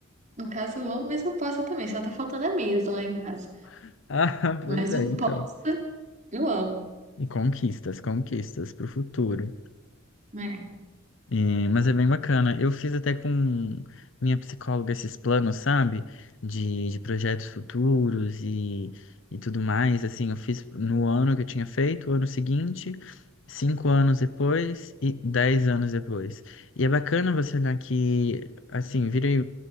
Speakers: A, on the right; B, on the left.
A: No caso, eu amo, mas eu posso também. Só tá faltando a mesa lá em casa.
B: <laughs> Ah, pois
A: Mas
B: é,
A: o
B: então.
A: posta, eu amo.
B: E conquistas, conquistas pro futuro.
A: né?
B: E- mas é bem bacana. Eu fiz até com minha psicóloga esses planos, sabe? De, de projetos futuros e, e tudo mais. Assim, eu fiz no ano que eu tinha feito, o ano seguinte, cinco anos depois e dez anos depois. E é bacana você olhar que, assim, vira e,